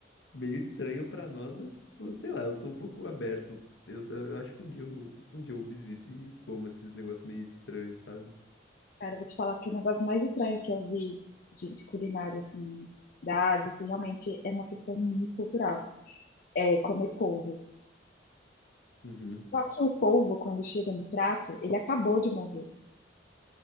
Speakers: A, on the left; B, on the left.
A: meio estranho pra nós, mas, tipo, sei lá, eu sou um pouco aberto. Eu, eu acho que um dia eu, um dia eu visito e como esses negócios meio estranhos, sabe?
B: Cara, eu vou te falar que é o negócio mais estranho que eu vi de, de culinária, assim, da Ásia, que realmente é uma questão muito cultural. É comer polvo.
A: Uhum.
B: Só que o polvo, quando chega no prato, ele acabou de morrer.